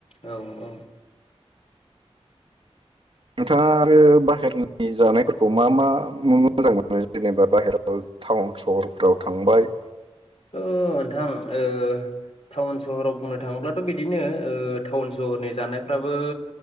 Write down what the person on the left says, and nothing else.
औ औ
ओ नोंथां ओ टाउन सहराव बुंनो थाङोब्लाथ' बिदिनो ओ टाउन सहरनि जानायफ्राबो